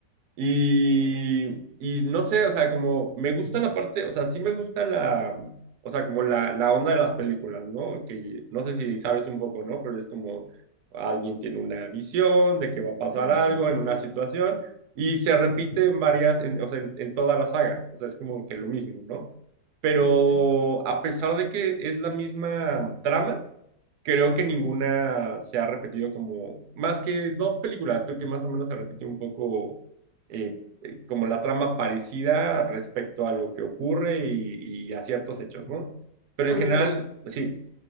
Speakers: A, on the right; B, on the left.
A: Y, y no sé, o sea, como me gusta la parte, o sea, sí me gusta la, o sea, como la, la onda de las películas, ¿no? Que no sé si sabes un poco, ¿no? Pero es como alguien tiene una visión de que va a pasar
B: Sí,
A: algo
B: sí, sí,
A: en una
B: sí,
A: situación y se repite en varias, en- o sea, en, en toda la saga, o sea, es como que lo mismo, ¿no? Pero
B: sí, sí, sí.
A: a pesar de que es la misma trama, Creo que ninguna se ha repetido como, más que dos películas, creo que más o menos se repite un poco eh, eh, como la trama parecida respecto a lo que ocurre y, y a ciertos hechos, ¿no? Pero
B: Oye,
A: en general,
B: pero
A: sí.